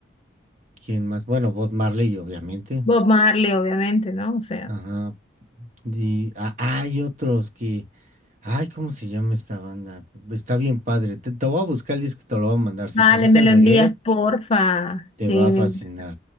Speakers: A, on the right (about 40°); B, on the left (about 30°).
A: ¿quién más? Bueno, Bob Marley, obviamente.
B: Bob Marley, obviamente, ¿no? O sea,
A: Ajá. Y ah, hay otros que. Ay, ¿cómo se llama esta banda? Está bien padre. Te, te voy a buscar el disco y te lo voy a mandar. Si
B: vale,
A: te gusta
B: me
A: el
B: lo
A: reggae,
B: envías, porfa. Sí,
A: te va a
B: me...
A: fascinar.
B: gusta.